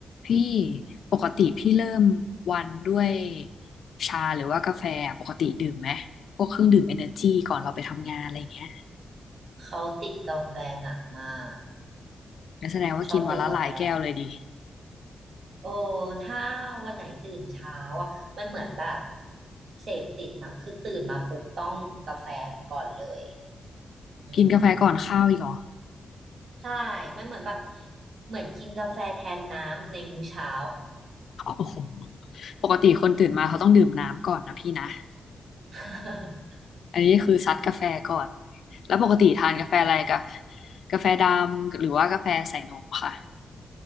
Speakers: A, on the left; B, on the right.
A: พี่ปกติพี่เริ่มวันด้วยชาหรือว่ากาแฟอะปกติดื่มไหมพวกเครื่องดื่มเอเนอร์จีก่อนเราไปทำงานอะไรอย่างเงี้ย
B: เขาติดกาแฟหนักมาก
A: งั้นแสดงว่ากินวันละหลายแก้วเลยดิ
B: ชอบดื่มกาแฟโอ้ถ้าวันไหนตื่นเช้าอ่ะมันเหมือนแบบเสพติดมั้งคือตื่นมาปุ๊บต้องกาแฟก่อนเลยอืม
A: กินกาแฟก่อนข้าวอีกเหรอ
B: ใช่มันเหมือนแบบเหมือนกินกาแฟแทนน้ำในมื้อเช้า
A: โอ้โหปกติคนตื่นมาเขาต้องดื่มน้ำก่อนนะพี่นะ
B: <laughs>
A: อันนี้คือซัดกาแฟก่อนแล้วปกติทานกาแฟอะไรกับกาแฟดำหรือว่ากาแฟใส่นมค่ะ